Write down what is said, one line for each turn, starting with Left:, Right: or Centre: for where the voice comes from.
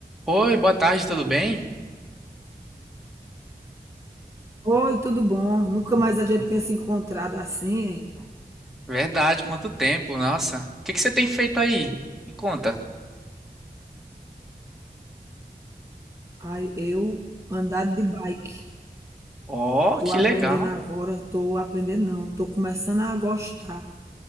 Centre: Oi, boa tarde, tudo bem?
Right: Oi, tudo bom? Nunca mais a gente tinha se encontrado assim, hein?
Centre: Verdade, quanto tempo, nossa. O que que você tem feito aí? Me conta.
Right: Ai, eu andar de bike.
Centre: Oh,
Right: Tô
Centre: que
Right: aprendendo
Centre: legal,
Right: agora, tô aprendendo não, tô começando a gostar